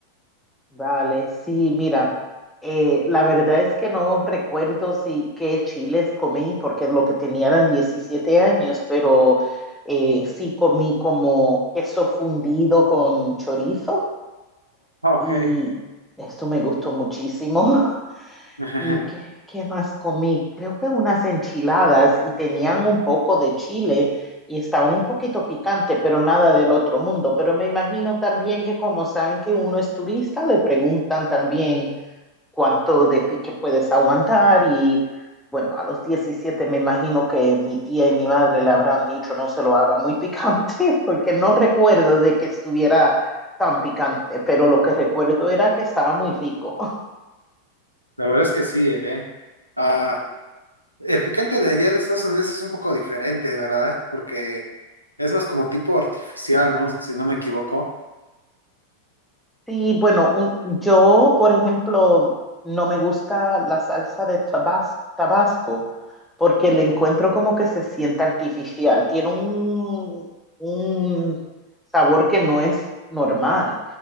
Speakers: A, in the centre; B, on the right.
A: Vale, sí, mira, eh, la verdad es que no recuerdo si qué chiles comí, porque lo que tenía eran 17 años, pero eh, sí comí como queso fundido con chorizo
B: Ah, Ok.
A: y esto me gustó muchísimo. <laughs>
B: <laughs>
A: ¿Y qué, qué más comí? Creo que unas enchiladas y tenían un poco de chile y estaba un poquito picante, pero nada del otro mundo. Pero me imagino también que como saben que uno es turista, le preguntan también cuánto de pique puedes aguantar y bueno, a los 17 me imagino que mi tía y mi madre le habrán dicho no se lo haga muy picante <laughs> porque no recuerdo de que estuviera tan picante, pero lo que recuerdo era que estaba muy rico.
B: La verdad es que sí, ¿eh? ah El picante de allá de Estados Unidos es un poco diferente, ¿verdad? Porque es más como tipo artificial, ¿no? Si no me equivoco.
A: Sí, bueno, un- yo, por ejemplo, no me gusta la salsa de tabas- Tabasco porque le encuentro como que se siente artificial. Tiene un, un sabor que no es normal